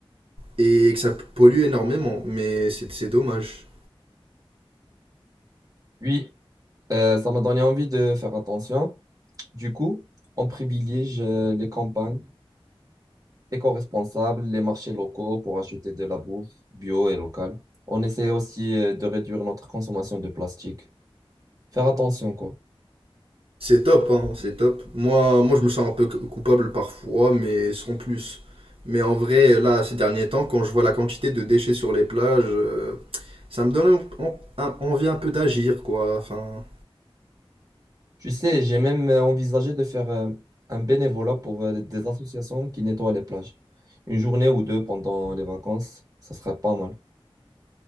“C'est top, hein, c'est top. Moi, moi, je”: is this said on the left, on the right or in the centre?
Right